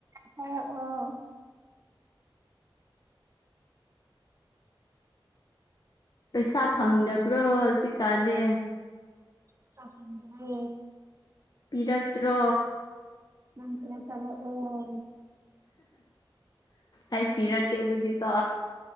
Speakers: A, on the right (about 35°); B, on the left (about 50°).
A: ꯊꯥꯔꯛꯑꯣ
B: ꯄꯩꯁꯥ ꯐꯪꯗꯕ꯭ꯔꯣ ꯍꯧꯖꯤꯛꯀꯥꯟꯗꯤ
A: ꯄꯩꯁꯥ ꯐꯪꯗꯔꯦ
B: ꯄꯤꯔꯛꯇ꯭ꯔꯣ
A: ꯅꯪ ꯈꯔ ꯀꯥꯞꯂꯛꯑꯣ
B: ꯑꯩ ꯄꯤꯔꯛꯀꯦ ꯑꯗꯨꯗꯤꯀꯣ